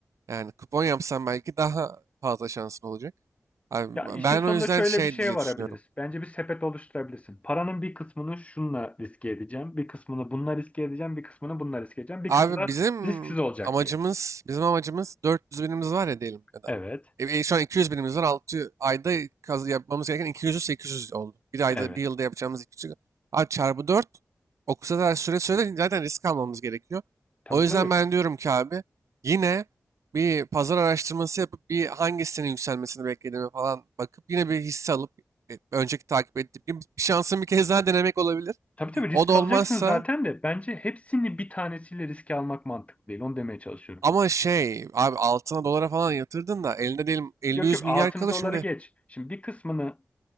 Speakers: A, on the right; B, on the left.
A: Yani kupon yapsan belki daha fazla şansın olacak. Abi,
B: Ya işin
A: ben
B: sonunda
A: o yüzden
B: şöyle
A: şey
B: bir şeye
A: diye
B: varabiliriz.
A: düşünüyorum.
B: Bence bir sepet oluşturabilirsin. Paranın bir kısmını şunla riske edeceğim, bir kısmını bununla riske edeceğim, bir kısmını bununla riske edeceğim, bir
A: Abi
B: kısmı da
A: bizim
B: risksiz olacak
A: amacımız,
B: diye.
A: bizim amacımız 400 binimiz var ya diyelim ya da.
B: Evet,
A: E, e, şu an 200 binimiz var. altı ayda kaz yapmamız gereken 200'ü 800 oldu. Bir ayda,
B: evet.
A: bir yılda yapacağımız 200. Abi çarpı 4 o kadar süre süre zaten risk almamız gerekiyor.
B: Tabii
A: O
B: tabii.
A: yüzden ben diyorum ki abi yine bir pazar araştırması yapıp bir hangisinin yükselmesini beklediğimi falan bakıp yine bir hisse alıp e, önceki takip ettiğim gibi bir şansın bir kez daha denemek olabilir.
B: Tabii tabii risk
A: O da olmazsa
B: alacaksın zaten de bence hepsini bir tanesiyle riske almak mantıklı değil. Onu demeye çalışıyorum.
A: Ama şey abi altına dolara falan yatırdın da elinde diyelim 50-100
B: Yok yok altını
A: milyar kalır
B: dolara
A: şimdi.
B: geç. Şimdi bir kısmını